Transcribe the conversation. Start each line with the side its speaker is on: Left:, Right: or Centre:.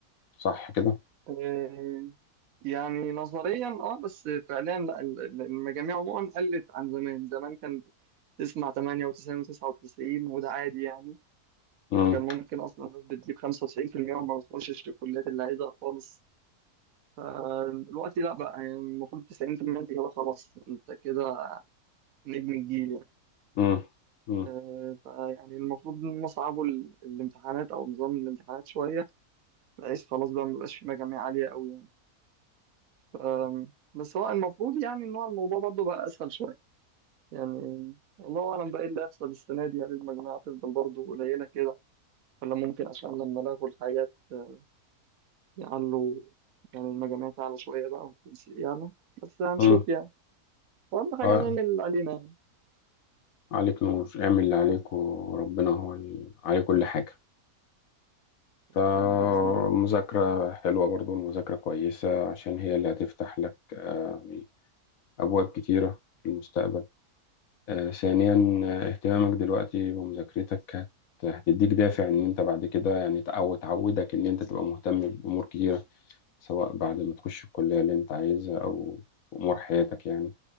Left: صح كده
Right: آه، يعني نظريا اه بس فعليا لا ال- ال- المجاميع عموما قلت عن زمان زمان كان تسمع 98 و99 وده عادي يعني
Left: امم
Right: وكان ممكن اصلا الناس بتجيب 95% وما بتخشش الكليات اللي عايزها خالص فالوقت لا بقى يعني المفروض 90% انت كده خلاص انت كده نجم الجيل يعني
Left: امم امم
Right: آه، فيعني المفروض نصعبوا ال- الامتحانات او نظام الامتحانات شويه بحيث خلاص بقى مبقاش في مجاميع عاليه قوي يعني ف- بس هو المفروض يعني ان هو الموضوع برضه بقى اسهل شويه يعني الله اعلم بقى ايه اللي هيحصل السنه دي هل المجموعه تفضل برضه قليله كده ولا ممكن عشان لما لغوا الحاجات آه، يعلوا يعني المجاميع تعلى شويه بقى والتنسيق يعلى بس هنشوف
Left: امم
Right: يعني اهم حاجه
Left: آه،
Right: نعمل اللي علينا يعني.
Left: عليك نور اعمل اللي عليك وربنا هو اللي عليه كل حاجه
Right: أكيد
Left: فمذاكرة
Right: بإذن الله
Left: حلوة برضو المذاكرة كويسة عشان هي اللي هتفتح لك آه، يعني أبواب كتيرة في المستقبل آه، ثانيا آه، اهتمامك دلوقتي بمذاكرتك هت- هتديك دافع إن أنت بعد كده يعني تع- أو تعودك إن أنت تبقى مهتم بأمور كتيرة سواء بعد ما تخش الكلية اللي أنت عايزها أو أمور حياتك يعني